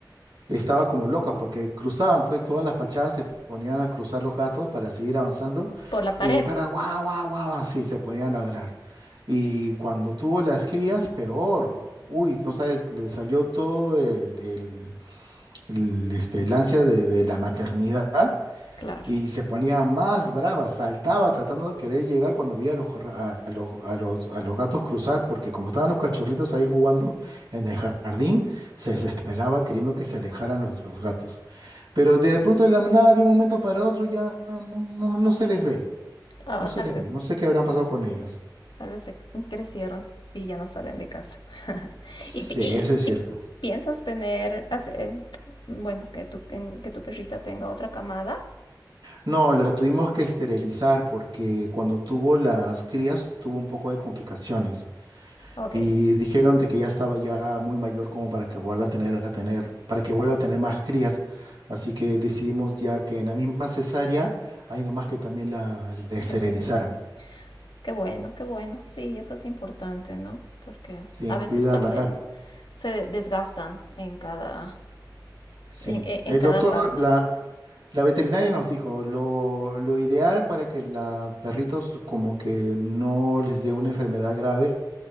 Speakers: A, on the right; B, on the left.
A: estaba como loca porque cruzaban pues todas las fachadas, se ponían a cruzar los gatos para seguir avanzando
B: por la pared,
A: y para guau, guau, guau, así se ponían a ladrar. Y cuando tuvo las crías, peor. Uy, no sabes, le salió todo el, el, el, este, el ansia de, de la maternidad
B: claro.
A: y se ponía más brava, saltaba tratando de querer llegar cuando veía a los, jor- a, a los, a los, a los gatos cruzar, porque como estaban los cachorritos ahí jugando en el jardín, se desesperaba queriendo que se alejaran los, los gatos. Pero de pronto de la nada, de un momento para otro, ya no, no, no se les ve.
B: Ah,
A: No se
B: tal
A: les
B: vez,
A: ve. No sé qué habrán pasado con ellos.
B: tal vez se crecieron y ya no salen de casa. <laughs>
A: Sí,
B: ¿Y, pi- y-
A: eso es
B: y
A: cierto.
B: piensas tener, hace- eh, bueno, que tu, en- que tu perrita tenga otra camada?
A: No, la tuvimos que esterilizar porque cuando tuvo las crías tuvo un poco de complicaciones
B: Ok,
A: y dijeron de que ya estaba ya muy mayor como para que vuelva a tener, a tener, para que vuelva a tener más crías. Así que decidimos ya que en la misma cesárea, ahí nomás que también la, la esterilizaran,
B: perfecto. Qué bueno, qué bueno. Sí, eso es importante, ¿no? Porque
A: sin
B: a veces
A: cuidarla.
B: también se desgastan en cada,
A: Sí,
B: en, en-
A: el
B: en cada
A: doctor,
B: parte.
A: la, la veterinaria nos dijo, lo, lo ideal para que los perritos como que no les dé una enfermedad grave,